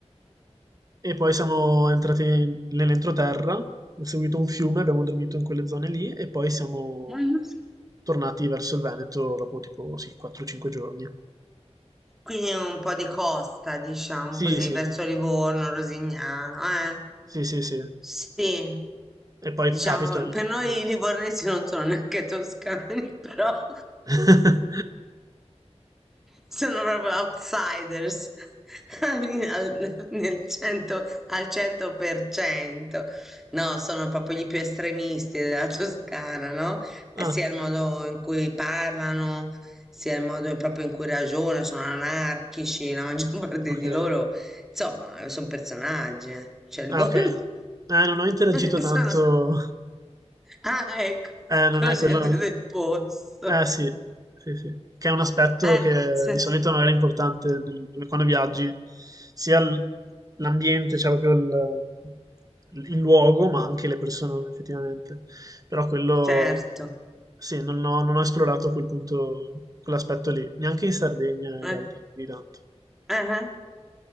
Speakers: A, on the right (about 30°); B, in the centre.
A: e poi siamo entrati in- nell'entroterra, ho seguito un fiume, abbiamo dormito in quelle zone lì e poi siamo
B: mhm.
A: tornati verso il Veneto dopo tipo sì, 4-5 giorni.
B: Quindi un po' di costa, diciamo
A: Sì,
B: così,
A: sì,
B: verso Livorno, Rosignano, eh?
A: sì, sì, sì.
B: Sì,
A: E poi
B: diciamo,
A: capita ogni
B: per
A: tanto.
B: noi i livornesi non sono neanche toscani, <laughs> però
A: <laughs>
B: sono proprio outsiders <laughs> al, al- nel 100, al 100%. No, sono proprio gli più estremisti della Toscana, no? Eh,
A: Ah,
B: Sia il modo in cui parlano, sia il modo in- proprio in cui ragionano, sono anarchici, la maggior <laughs> parte
A: ok.
B: di loro Insomma, son personaggi, eh. Cioè, li
A: Ah,
B: vogliono-
A: ok. Eh, non ho interagito
B: <laughs>
A: tanto.
B: sono ah, ecco,
A: Eh,
B: ecco
A: non è
B: la gente
A: quello. no.
B: del posto.
A: Eh sì, sì, sì. Che è un aspetto
B: Eh,
A: che
B: se
A: di solito non era importante nel- quando viaggi, sia l- l'ambiente, cioè proprio il, il luogo, ma anche le persone effettivamente. Però quello,
B: certo.
A: sì, non ho, non ho esplorato quel punto, quell'aspetto lì, neanche in Sardegna in
B: Eh,
A: realtà, di tanto.
B: eh-eh,